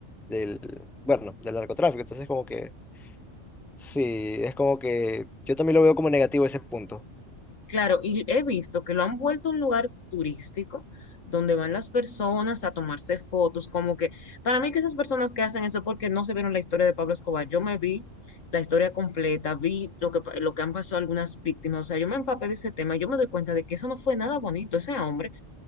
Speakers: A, in the centre; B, on the left.
A: del, bueno, del narcotráfico, entonces como que, sí, es como que yo también lo veo como negativo ese punto.
B: Claro, y he visto que lo han vuelto un lugar turístico donde van las personas a tomarse fotos, como que para mí que esas personas que hacen eso porque no se vieron la historia de Pablo Escobar, yo me vi la historia completa, vi lo que, pa- lo que han pasado algunas víctimas, o sea, yo me empapé de ese tema, yo me doy cuenta de que eso no fue nada bonito, ese hombre